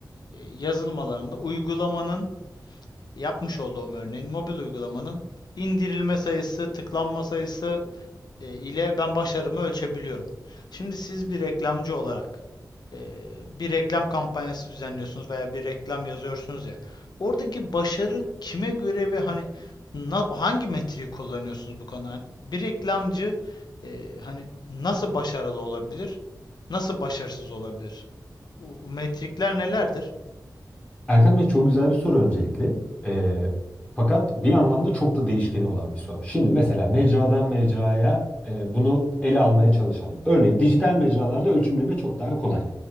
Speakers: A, on the left; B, on the left.
A: e, yazılım alanında uygulamanın yapmış olduğum örneğin mobil uygulamanın indirilme sayısı, tıklanma sayısı e, ile ben başarımı ölçebiliyorum. Şimdi siz bir reklamcı olarak e, bir reklam kampanyası düzenliyorsunuz veya bir reklam yazıyorsunuz ya. Oradaki başarı kime göre ve hani hangi metriği kullanıyorsunuz bu konuda? Hani bir reklamcı e, hani nasıl başarılı olabilir? Nasıl başarısız olabilir? O, o metrikler nelerdir?
B: Erkan Bey çok güzel bir soru öncelikle. Ee, fakat bir yandan da çok da değişkeni olan bir soru. Şimdi mesela mecradan mecraya e, bunu ele almaya çalışalım. Örneğin dijital mecralarda ölçümleme çok daha kolay.